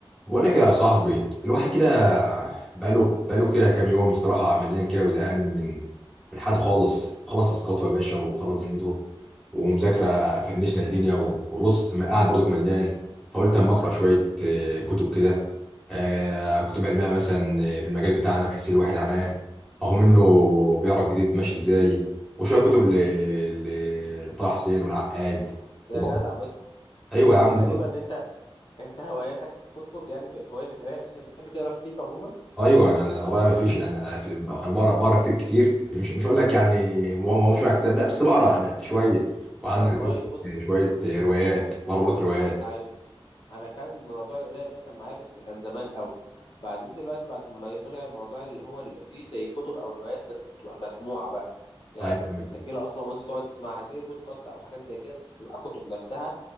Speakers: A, in the centre; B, on the left.
A: بقول لك يا صاحبي الواحد كده بقاله بقاله كده كام يوم صراحة ملان كده وزهقان من من حد خالص خلص اسقاطه يا باشا وخلص دنيته ومذاكرة فنشنا الدنيا و- وبص ما قاعد برضك ملان فقلت اما اقرا شوية آه، كتب كده آه، كتب علمية مثلا آه، في المجال بتاعنا بحيث الواحد عناه اهو منه بيعرف جديد ماشي ازاي وشوية كتب ل- ل- لطه حسين والعقاد
B: يا
A: وبرضه-
B: جدع بس
A: ايوه
B: بس
A: يا عم
B: غريبة ان انت انت هواياتك في الكتب يعني ب- هوايتك قرايه بتحب بتحب تقرا كتير عموما
A: ايوه انا قرايه ما فيش يعني في ال- انا بقرا بقرا كتير كتير مش مش اقول لك يعني ما ما- مش مع كتاب لا بس بقرا انا شويه وعندك
B: والله بص
A: شويه روايات بقرا برضه روايات
B: عي... انا كان موضوع القرايه ده كان معايا بس كان زمان قوي بعدين دلوقتي بعد ما طلع الموضوع اللي هو اللي فيه زي كتب او روايات بس بتبقى مسموعه بقى يعني
A: ايوه
B: بتبقى
A: ايوه
B: متسجله اصلا وانت تقعد تسمعها زي بودكاست او حاجات زي كده بس بتبقى كتب نفسها